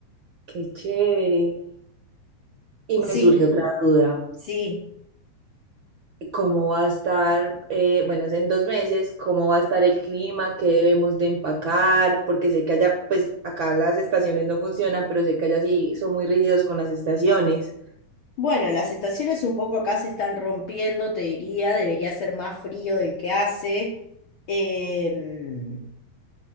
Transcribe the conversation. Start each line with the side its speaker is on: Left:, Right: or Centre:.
Right: qué chévere. Y
Left: Sí,
Right: me surge otra duda.
Left: sí.
Right: cómo va a estar, eh, bueno, es en dos meses, cómo va a estar el clima, qué debemos de empacar, porque sé que allá, pues acá las estaciones no funcionan, pero sé que allá sí son muy rígidos con las estaciones.
Left: Bueno, las estaciones un poco acá se están rompiendo, te diría, debería ser más frío del que hace. Em,